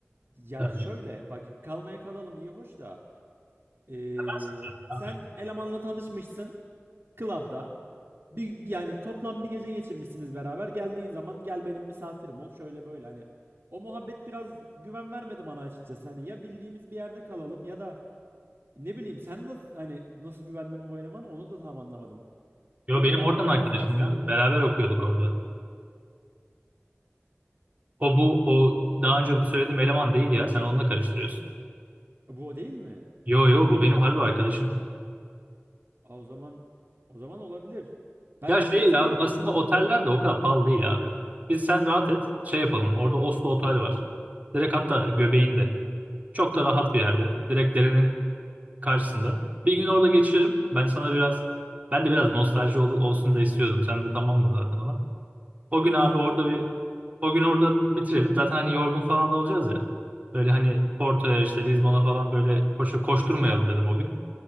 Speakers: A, on the right; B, on the right.
A: ya
B: Ee,
A: şöyle bak kalmaya kalalım iyi hoş da ee,
B: Seversin zaten
A: sen
B: abi.
A: elemanla tanışmışsın club'da. Bir, bir- yani toplam bir gece geçirmişsiniz beraber. Geldiğin zaman gel benim misafirim ol şöyle böyle hani o muhabbet biraz güven vermedi bana açıkçası. Hani ya bildiğimiz bir yerde kalalım ya da ne bileyim sen nasıl hani nasıl güvendin bu elemana onu da tam anlamadım.
B: Yo
A: O yüzden
B: benim oradan
A: bana
B: arkadaşım
A: biraz ters geliyor.
B: ya. Beraber okuyorduk orada. O bu o daha önce söylediğim eleman değil ya. Sen onunla karıştırıyorsun.
A: E, Bu o değil mi?
B: Yo yo bu benim harbi arkadaşım.
A: Aa, o zaman o zaman olabilir. Ben
B: Ya şey
A: şey sanıyordum
B: ya aslında
A: çünkü.
B: oteller de o kadar pahalı değil abi. Biz sen rahat et şey yapalım. Orada Oslo Otel var. Direkt hatta göbeğinde. Çok da rahat bir yerde. Direkt derenin karşısında. Bir gün orada geçirelim. Ben sana biraz ben de biraz nostalji ol- olsun da istiyordum. Sen de tamamdın zaten ona. O
A: Yo
B: gün
A: yo
B: abi
A: sıkıntı
B: orada
A: yok.
B: bir o gün orada bitirelim. Zaten hani yorgun falan da olacağız ya. Böyle hani Porto'ya işte Lizbon'a falan böyle koşu koşturmayalım dedim o gün.